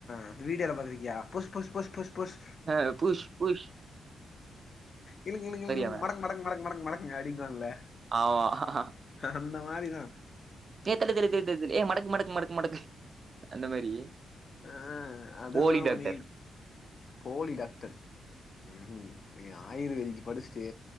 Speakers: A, on the left; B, on the right.
A: அது வீடீயோல பாத்திருக்கியா புஸ் புஸ் புஸ் புஸ் புஸ்
B: அ புஸ் புஸ்
A: இழுங்க இழுங்க இழுங்
B: அவன்.
A: மடக் மடக் மடக் மடக் மடக்குங்க அப்டிம்பான்ல
B: <unintelligible>
A: அந்த மாரிதா
B: ஏ தள்ளு தள்ளு தள்ளு தள்ளு ஏ மடக்கு மடக்கு மடக்கு மடக்கு அந்த மாரி.
A: அ அதுதா
B: போலி டாக்டர்.
A: மணி போலி டாக்டர் ம் இவே ஆயுர்வேதிக்கி படிச்சுட்டு